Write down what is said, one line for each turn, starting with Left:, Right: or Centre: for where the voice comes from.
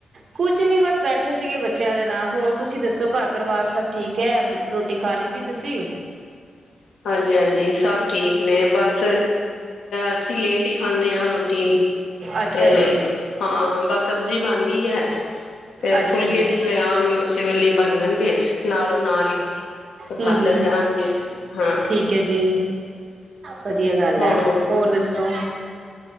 Right: ਕੁਛ ਨੀ ਬਸ ਬੈਠੇ ਸੀ ਗੇ। ਬੱਚਿਆਂ ਦੇ ਨਾਲ ਹੋਰ ਤੁਸੀਂ ਦੱਸੋ। ਘਰ ਪਰਿਵਾਰ ਸਭ ਠੀਕ ਹੈ ਰੋਟੀ ਖਾ ਲੀ ਤੁਸੀਂ।
Left: ਹਾਂਜੀ ' ਹਾਂਜੀ ਸਭ ਠੀਕ ਨੇ। ਬਸ ਅਸੀਂ ਲੇਟ ਹੀ ਖਾਂਦੇ ਹਾਂ ਰੋਟੀ।
Right: ਅੱਛਾ
Left: ਤੇ
Right: ਜੀ
Left: ਹਾਂ ਬਸ ਸਬਜ਼ੀ ਬਣ ਗਈ। ਹੈ ਤੇ
Right: ਅੱਛਾ
Left: ਫੁਲਕੇ
Right: ਜੀ
Left: ਜਿਸ ਵੇਲੇ ਆਉਣਗੇ ਉਸੇ ਵੇਲੇ ਹੀ ਬਣਨਗੇ ਨਾਲੋਂ ਨਾਲ ਹੀ ਖਾਂਦੇ
Right: ਹਮ
Left: ਜਾਣਗੇ। ਹਾਂ
Right: ਠੀਕ ਹੈ ਜੀ। ਵਧੀਆ ਗੱਲ
Left: ਹਾਂ
Right: ਏ ਹੋਰ ਦੱਸੋ।